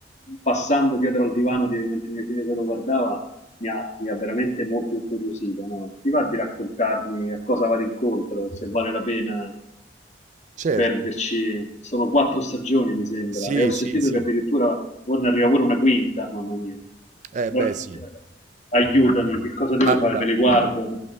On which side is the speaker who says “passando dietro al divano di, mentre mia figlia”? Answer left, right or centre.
Left